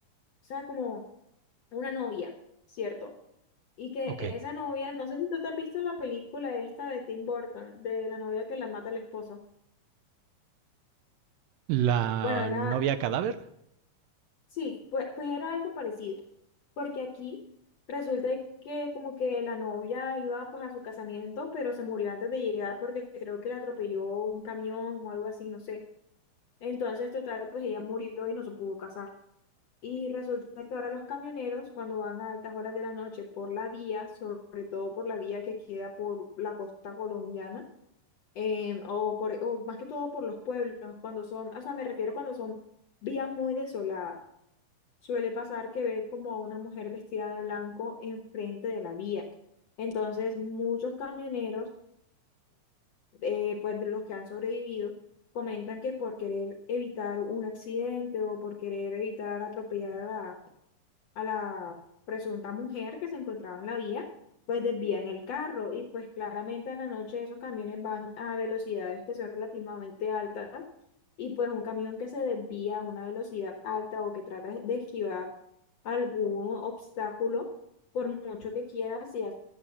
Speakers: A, on the left (about 65°); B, on the right (about 80°).
A: sea, como una novia, ¿cierto? Y que
B: Ok.
A: esa novia, no sé si tú te has visto la película esta de Tim Burton, de la novia que la mata el esposo.
B: La
A: Bueno, era,
B: novia cadáver.
A: Sí, pues, pues era algo parecido, porque aquí resulta que como que la novia iba pues a su casamiento, pero se murió antes de llegar porque creo que le atropelló un camión o algo así, no sé. Entonces, total, pues ella murió y no se pudo casar. Y resulta que ahora los camioneros, cuando van a altas horas de la noche por la vía, sobre todo por la vía que queda por la costa colombiana, em, o, por, o más que todo por los pueblos, cuando son, o sea, me refiero cuando son vías muy desoladas suele pasar que ven como a una mujer vestida de blanco enfrente de la vía. Entonces, muchos camioneros, eh, pues de los que han sobrevivido, comentan que por querer evitar un accidente o por querer evitar atropellar a a la presunta mujer que se encontraba en la vía, pues desvían el carro y pues claramente en la noche esos camiones van a velocidades que son relativamente altas y pues un camión que se desvía a una velocidad alta o que trata de esquivar algún obstáculo, por mucho que quiera, si hace